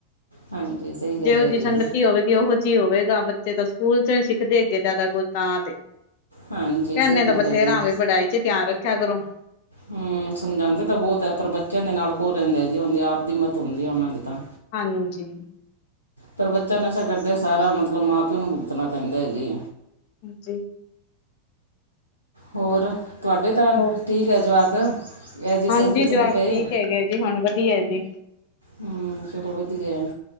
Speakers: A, on the right (about 85°); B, on the left (about 45°).
A: ਹਾਂਜੀ! ਸਹੀ ਗੱਲ
B: ਜਿਹੋ
A: ਹੈ
B: ਜਿਹੀ
A: ਜੀ।
B: ਸੰਗਤੀ ਹੋਵੇਗੀ ਉਹੋ ਜਿਹੀ ਹੋਵੇਗਾ। ਬੱਚੇ ਤਾਂ ਸਕੂਲ ਚ ਹੀ ਸਿੱਖਦੇ ਅੱਗੇ ਜਿਆਦਾ ਕੁਝ ਤਾਂ ਤੇ
A: ਹਾਂਜੀ
B: ਕਨੇ
A: ਸਹੀ
B: ਤਾਂ
A: ਗੱਲ
B: ਬਥੇਰਾ
A: ਹੈ ਜੀ
B: ਵੀ ਪੜਾਈ ਚ ਧਿਆਨ ਰੱਖਿਆ ਕਰੋ।
A: ਹਮ ਸਮਝਾਉਂਦੇ ਤਾਂ ਬਹੁਤ ਹੈ। ਪਰ ਬੱਚਿਆਂ ਦੇ ਨਾਲ ਕੋ ਰਹਿੰਦੇ ਜਿ ਹੁੰਦੀ ਆ ਆਪ ਦੀ ਮਤ ਹੁੰਦੀ ਆ ਉਹਨਾਂ ਦੀ ਤਾਂ
B: ਹਾਂਜੀ।
A: ਪਰ ਬੱਚਾ ਨਸ਼ਾ ਕਰਦੇ ਸਾਰਾ, ਮਤਲਬ ਮਾਂ ਪਿਓ ਨੂੰ ਭੁਗਤਣਾ ਪੈਂਦਾ ਹੈ ਜੀ।
B: ਜੀ
A: ਹੋਰ ਤੁਹਾਡੇ ਤਾਂ
B: ਹੋਰ
A: ਠੀਕ ਹੈ ਜਵਾਕ ਇਹੋ ਜਿਹੇ ਸੰਗਤ
B: ਹਾਂਜੀ
A: 'ਚ
B: ਜਵਾਕ
A: ਨਹੀਂ ਪਏ
B: ਠੀਕ ਹੈਗੇ ਜੀ ਹੁਣ ਵਧੀਆ ਜੀ
A: ਹਮ ਚਲੋ ਵਧੀਆ